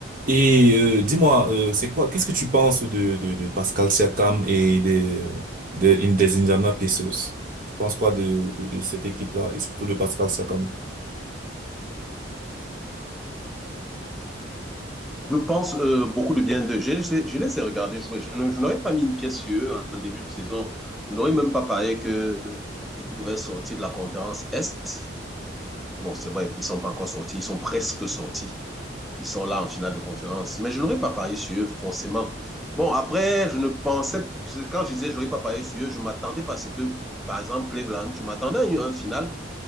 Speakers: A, on the right; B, in the centre.
A: Et euh, dis-moi, euh, c'est quoi, qu'est-ce que tu penses de, de, de Pascal Siakam et de, de, in- des Indiana Pacers? Tu penses quoi de, de cette équipe-là et surtout de Pascal Siakam?
B: Je pense euh, beaucoup de bien d'eux. Je, je- je les ai regardés jouer. Je ne- je n'aurais pas mis une pièce sur eux en début de saison. Je n'aurais même pas parlé qu'ils pouvaient sortir de la conférence Est. Bon, c'est vrai, ils ne sont pas encore sortis. Ils sont presque sortis. Ils sont là en finale de conférence. Mais je n'aurais pas parié sur eux, forcément. Bon, après, je ne pensais, quand je disais je n'aurais pas parié sur eux, je m'attendais parce que, par exemple, Cleveland, je m'attendais à une, à une finale.